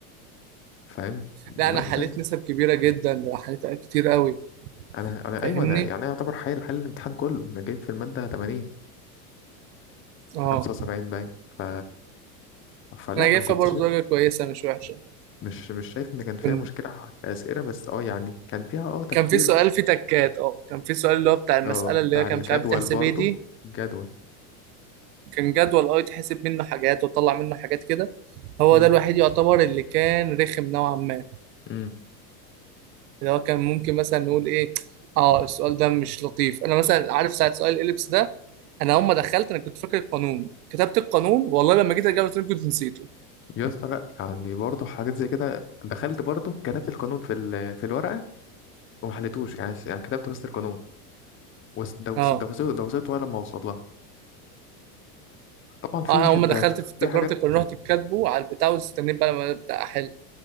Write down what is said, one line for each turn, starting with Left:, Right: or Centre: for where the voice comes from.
Left: فاهم ماده
Right: لا انا حليت نسب كبيره جدا ده أنا حليت كتير قوي
Left: انا انا
Right: فاهمني
Left: ايوه انا يعني انا يعتبر حل حل الامتحان كله انا جايب في الماده 80
Right: اه
Left: 75 باين ف فلا
Right: انا جايب
Left: ما كنتش
Right: فيها برضه درجه كويسه مش وحشه
Left: مش مش شايف ان كان فيها
Right: كنت
Left: مشكله اسئله بس اه يعني كان فيها اه تفكير
Right: كان في سؤال فيه تكات اه كان في سؤال اللي هو بتاع المساله
Left: اه بتاع
Right: اللي هي كان
Left: الجدول
Right: مش عارف بتحسب
Left: برضو
Right: ايه دي
Left: الجدول
Right: كان جدول اه يتحسب منه حاجات وتطلع منه حاجات كده هو
Left: امم
Right: ده الوحيد يعتبر اللي كان رخم نوعا ما
Left: امم
Right: اللي هو كان ممكن مثلا نقول ايه اه السؤال ده مش لطيف انا مثلا عارف ساعه سؤال الاليبس ده انا اول ما دخلت انا كنت فاكر القانون كتبت القانون والله لما جيت اجاوب السؤال كنت نسيته
Left: يا اسطى لا يعني برضو حاجات زي كده دخلت برضو كتبت القانون في ال... في الورقه وما حليتوش يعني يعني كتبت بس القانون وس- دوست
Right: اه
Left: دوست دوست ولا ما اوصل لها طبعا في
Right: آه، انا اول
Left: حد
Right: ما دخلت في افتكرت
Left: في حاجات
Right: القانون رحت كاتبه على البتاع واستنيت بقى لما ابدا احل